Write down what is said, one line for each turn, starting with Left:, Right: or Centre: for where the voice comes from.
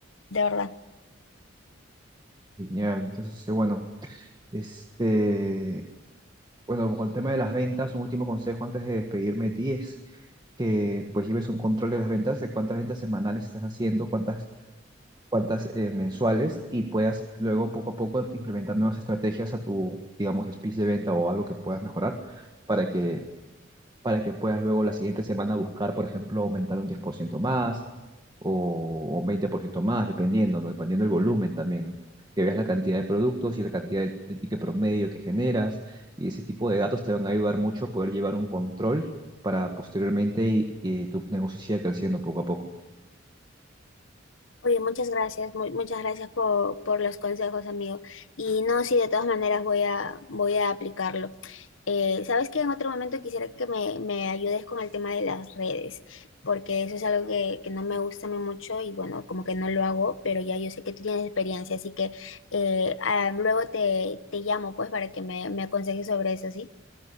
Left: de verdad.
Right: Genial, entonces, este, bueno, este, bueno, con el tema de las ventas, un último consejo antes de despedirme de ti es que pues lleves un control de las ventas, de cuántas ventas semanales estás haciendo, cuántas cuantas eh, mensuales y puedas luego poco a poco implementar nuevas estrategias a tu, digamos, speech de venta o algo que puedas mejorar para que, para que puedas luego la siguiente semana buscar, por ejemplo, aumentar un 10% más o un 20% más, dependiendo, ¿no? Dependiendo del volumen también, ¿no? Que veas la cantidad de productos y la cantidad de, el ticket promedio que generas y ese tipo de datos te van a ayudar mucho a poder llevar un control para posteriormente y, y tu negocio siga creciendo poco a poco.
Left: Oye, muchas gracias, mu- muchas gracias por, por los consejos, amigo. Y no, sí, de todas maneras voy a, voy a aplicarlo. Eh, sabes que en otro momento quisiera que me, me ayudes con el tema de las redes, porque eso es algo que, que no me gusta a mí mucho y bueno, como que no lo hago, pero ya yo sé que tú tienes experiencia, así que eh, ah, luego te, te llamo pues para que me, me aconsejes sobre eso, ¿sí?